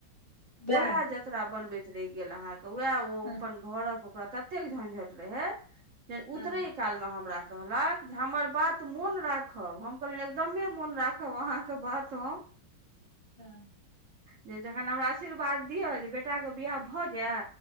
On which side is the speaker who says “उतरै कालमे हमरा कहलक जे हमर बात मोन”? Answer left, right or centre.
Right